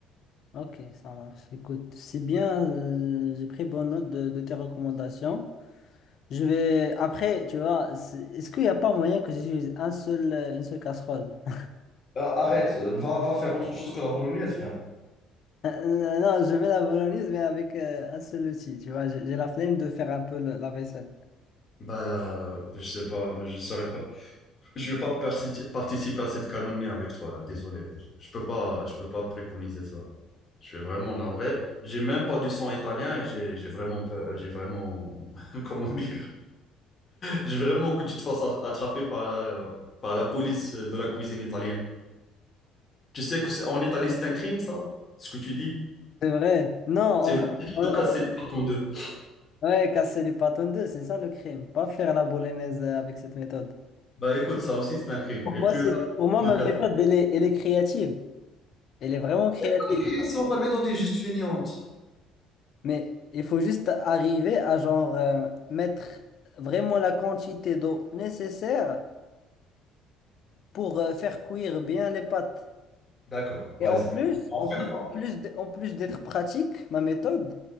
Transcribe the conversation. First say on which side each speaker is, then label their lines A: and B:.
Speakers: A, on the left (about 40°); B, on the left (about 25°).
A: Ok, ça marche. Écoute, c'est bien. euh, j'ai pris bonne note de, de tes recommandations. Je vais après, tu vois, c'est- est-ce qu'il n'y a pas moyen que j'utilise un seul, euh, une seule casserole? <laughs>
B: Euh, arrête, va, va faire autre chose que la bolognaise, frère.
A: Euh, Non, je vais la bolognaise, mais avec euh, un seul outil, tu vois, j'ai j'ai la flemme de faire un peu le- la vaisselle.
B: Bah, euh, je sais pas, je saurais pas. Je vais pas persi- participer à cette calomnie avec toi, désolé. Je peux pas, je peux pas préconiser ça. Je suis vraiment navré. J'ai même pas du sang italien et j'ai, j'ai vraiment peur, j'ai vraiment, <laughs> comment dire, j'ai vraiment que tu te fasses a- attraper par la, par la police de la cuisine italienne. Tu sais que c'est, en Italie, c'est un crime, ça, ce que tu dis.
A: C'est vrai. Non, enfin,
B: C'est au même titre
A: on-
B: de casser les pâtes en deux.
A: on- ouais, casser les pâtes en deux, c'est ça le crime, pas faire la bolognaise euh, avec cette méthode.
B: Bah écoute, ça aussi c'est un crime.
A: Pour
B: Et
A: moi,
B: plus
A: c'est,
B: grave
A: pour moi,
B: de
A: ma
B: casser.
A: méthode, elle est, elle est créative, elle est vraiment créative,
B: Pas de création, pas mettre dans des juste fainéantes.
A: mais il faut juste arriver à genre euh, mettre vraiment la quantité d'eau nécessaire pour euh, faire cuire bien les pâtes.
B: D'accord, vas-y.
A: Et en Ouais. plus,
B: En
A: en
B: fait,
A: plus,
B: oh,
A: en plus d- en plus d'être pratique, ma méthode,